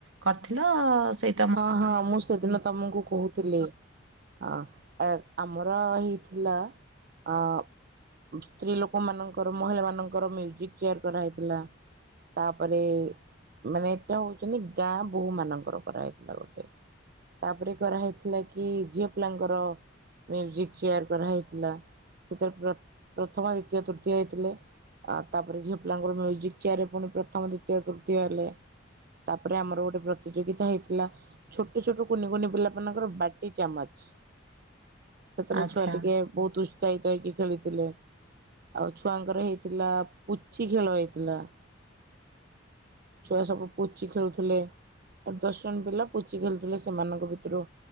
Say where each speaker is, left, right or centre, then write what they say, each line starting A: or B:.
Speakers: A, on the right (about 70°); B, on the right (about 50°).
A: କରିଥିଲ ସେଇ
B: ହଁ -ହଁ ମୁଁ ସେଦିନ ତମକୁ କହୁଥିଲି। ଅ- ଏ-ଆମର ହେଇଥିଲା ଅ ସ୍ତ୍ରୀ ଲୋକ ମାନଙ୍କର ମହିଳା ମାନଙ୍କର ମ୍ୟୁଜିକ ଚେୟାର କରାହେଇଥିଲା। ତାପରେ ମାନେ ଏଟା ହଉଚନ୍ତି ଗାଁ ବୋହୂ ମାନଙ୍କର କରାହାଇଏ। ଗୋଟେ ତାପରେ କରାହେଇଥିଲା କି ଝିଅ ପିଲାଙ୍କର ମ୍ୟୁଜିକ ଚେୟାର କରା ହେଇଥିଲା ସେଥିରେ ପ୍ର ପ୍ରଥମ ଦ୍ଵିତୀୟ ତୃତୀୟ ହେଇଥିଲେ। ଆ ତାପରେ ଝିଅପିଲାଙ୍କର ମ୍ୟୁଜିକ୍ ଚେୟାର ରେ ପୁଣି ପ୍ରଥମ ଦିତୀୟ ତୃତୀୟ ହେଲେ। ତାପରେ ଆମର ଗୋଟେ ପ୍ରତିଯୋଗିତା ହେଇଥିଲା। ଲା ଛୋଟ ଛୋଟ କୁନି କୁନି ପିଲା ମାନଙ୍କର ବାଟି ଚାମଚ। ସେଥିରେ
A: ଆଚ୍ଛା
B: ଛୁଆ ଟିକେ ବହୁତ ଉତ୍ସାହିତ ହେଇକି ଖେଳିଥିଲେ। ଆଉ ଛୁଆଙ୍କର ହେଇଥିଲା ପୁଚି ଖେଳ ହେଇଥିଲା। ଛୁଆ ସବୁ ପୁଚି ଖେଳୁଥିଲେ। ଆ ଦଶ ଜଣ ପିଲା ପୁଚି ଖେଳୁଥିଲେ ସେମାନଙ୍କ ଭିତରୁ